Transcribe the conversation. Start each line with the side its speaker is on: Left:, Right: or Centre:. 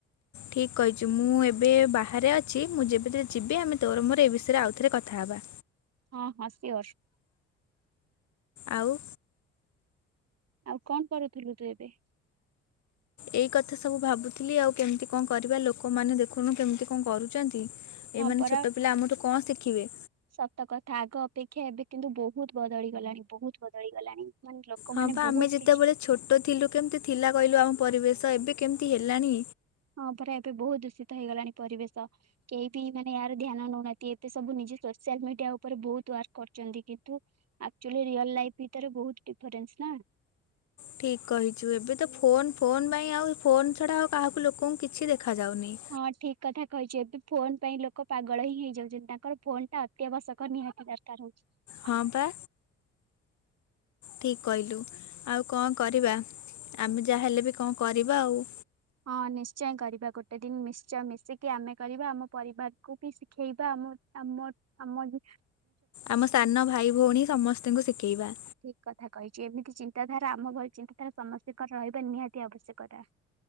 Left: ଠିକ୍ କହିଛୁ ମୁଁ ଏବେ ବାହାରେ ଅଛି ମୁଁ ଯେବେଥିରେ ଯିବି ଆମେ ତୋର ମୋର ଏ ବିଷୟରେ ଆଉଥରେ କଥା ହେବା।
Right: ହଁ ହଁ ସିଓର୍।
Left: ଆଉ?
Right: ଆଉ କଣ କରୁଥିଲୁ ତୁ ଏବେ?
Left: ଏଇ କଥା ସବୁ ଭାବୁଥିଲି ଆଉ କେମିତି କଣ କରିବା ଲୋକମାନେ ଦେଖୁନୁ କେମିତି କଣ କରୁଚନ୍ତି।
Right: ହଁ
Left: ଏମାନେ
Right: ପରା
Left: ଛୋଟ ପିଲା ଆମ ଠୁ କଣ ଶିଖିବେ?
Right: ସତ କଥା ଆଗ ଅପେକ୍ଷା ଏବେ କିନ୍ତୁ ବହୁତ୍ ବଦଳି ଗଲାଣି ବହୁତ୍ ବଦଳି ଗଲାଣି। ମାନେ ଲୋକମାନେ
Left: ହଁ ବା
Right: ବହୁତ୍
Left: ଆମେ ଯେତେବେଳେ
Right: କିଛି
Left: ଛୋଟ ଥିଲୁ କେମିତି ଥିଲା କହିଲୁ ଆମ ପରିବେଶ ଏବେ କେମିତି ହେଲାଣି।
Right: ହଁ ପରା ଏବେ ବହୁତ୍ ଦୂଷିତ ହେଇଗଲାଣି ପରିବେଶ। କେହି ବି ମାନେ ଏହାର ଧ୍ୟାନ ନଉ ନାହାଁନ୍ତି ଏତେ ସବୁ ନିଜେ ସୋସିଆଲ୍ ମିଡିଆ ଉପରେ ବହୁତ୍ ୱାର୍କ କରିଛନ୍ତି କିନ୍ତୁ ଆକକ୍ଚୋଲି ରିଅଲ୍ ଲାଇଫ୍ ଭିତରେ ବହୁତ୍ ଡିଫରେନ୍ସ ନାଁ?
Left: ଠିକ୍ କହିଛୁ ଏବେ ତ ଫୋନ୍ ଫୋନ୍ ପାଇଁ ଆଉ ଫୋନ୍ ଛଡା ଆଉ କାହାକୁ ଲୋକଙ୍କୁ କିଛି ଦେଖା ଯାଉନି।
Right: ହଁ ଠିକ୍ କଥା କହିଛୁ ଏବେ ଫୋନ୍ ପାଇଁ ଲୋକ ପାଗଳ ହିଁ ହେଇଯାଉଛନ୍ତି ତାଙ୍କର ଫୋନ୍ ଟା ଅତି ଆବଶ୍ୟକ ନିହାତି ଦରକାର୍ ହଉଛି।
Left: ହଁ ବା ଠିକ୍ କହିଲୁ ଆଉ କଣ କରିବା ଆମେ ଯାହା ହେଲେ ବି କଣ କରିବା ଆଉ।
Right: ହଁ ନିଶ୍ଚୟ କରିବା ଗୋଟେ ଦିନି ନିଶ୍ଚୟ ମିଶିକି ଆମେ କରିବା ଆମ ପରିବାରକୁ ବି ଶିଖେଇବା ଆମ ଆମ ଆମ ଯେ
Left: ଆମ ସାନ ଭାଇ ଭଉଣୀ ସମସ୍ତଙ୍କୁ ଶିକେଇବା।
Right: ଠିକ୍ କଥା କହିଛି ଏମିତି ଚିନ୍ତାଧାରା ଆମ ଭଳି ଚିନ୍ତାଧାରା ସମସ୍ତିଙ୍କର ରହିବା ନିହାତି ଆବଶ୍ୟକତା।